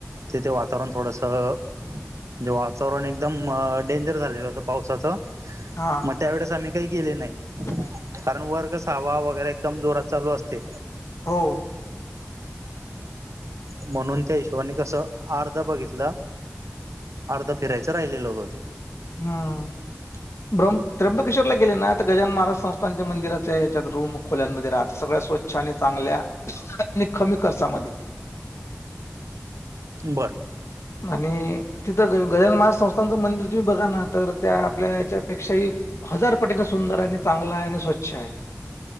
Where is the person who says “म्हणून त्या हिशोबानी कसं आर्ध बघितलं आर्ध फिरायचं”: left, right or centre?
Right